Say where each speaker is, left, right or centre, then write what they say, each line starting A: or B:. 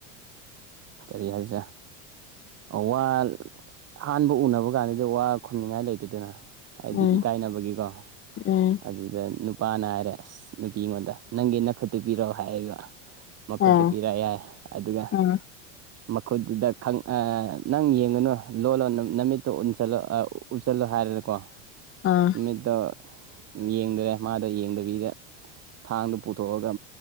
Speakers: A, on the right; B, on the left.
A: ꯀꯔꯤ ꯍꯥꯏꯁꯦ ꯋꯥ ꯑꯍꯥꯟꯕ ꯎꯅꯕ ꯀꯥꯟꯗꯗꯤ ꯋꯥ ꯈꯨꯝꯅꯤꯉꯥꯏ ꯂꯩꯇꯗꯅ ꯍꯥꯏꯗꯤ
B: ꯎꯝ
A: ꯏꯀꯥꯏꯅꯕꯒꯤꯀꯣ
B: ꯎꯝ
A: ꯑꯗꯨꯗ ꯅꯨꯄꯥꯅ ꯍꯥꯏꯔꯦ ꯑꯁ ꯅꯨꯄꯤꯉꯣꯟꯗ ꯅꯪꯒꯤ ꯅꯛ ꯈꯨꯠꯇ ꯄꯤꯔꯛꯑꯣ ꯍꯥꯏꯕ ꯃꯈꯨꯠꯇꯨ
B: ꯑꯣ
A: ꯄꯤꯔꯛ ꯌꯥꯏ ꯑꯗꯨꯒ
B: ꯎꯝ
A: ꯃꯈꯨꯠꯇꯨꯗ ꯅꯪ ꯌꯦꯡꯉꯨꯅꯨ ꯂꯣꯜꯂꯣ ꯅꯨꯃꯤꯠꯇꯣꯜꯂ ꯎꯠꯁꯤꯜꯂꯣ ꯍꯥꯏ ꯍꯥꯏꯔꯦꯀꯣ
B: ꯑꯥ
A: ꯅꯨꯠꯇꯣ ꯌꯦꯡꯗꯔꯦ ꯃꯥꯗꯣ ꯌꯦꯡꯗꯕꯤꯗ ꯊꯥꯡꯗꯨꯣ ꯄꯨꯊꯣꯛꯑꯒ